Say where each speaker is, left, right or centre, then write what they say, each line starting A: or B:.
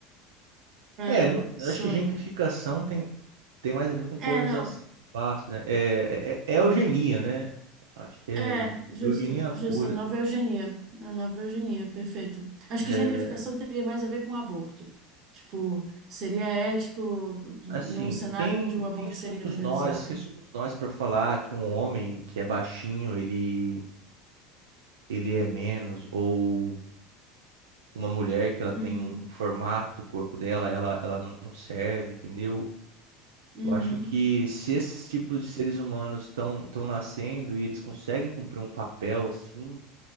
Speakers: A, on the right; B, on the right.
A: É,
B: É, não- eu
A: só.
B: acho que gentrificação tem, tem mais a ver com colonização
A: É, não.
B: do espaço, né? É, é, é eugenia, né? Acho que é
A: É, justo,
B: eugenia
A: justo.
B: pura.
A: A nova eugenia. A nova eugenia, perfeito. Acho
B: É,
A: que gentrificação teria mais a ver com aborto. Tipo, seria ético num
B: assim,
A: cenário
B: quem,
A: onde o aborto
B: quem somos
A: seria legalizado.
B: nós? Quem somos nós para falar que um homem que é baixinho, ele ele é menos, ou uma mulher que ela tem
A: Uhum,
B: um um formato, o corpo dela, ela, ela não, não serve, entendeu?
A: uhum.
B: Eu acho que se esses tipos de seres humanos estão estão nascendo e eles conseguem cumprir um papel assim,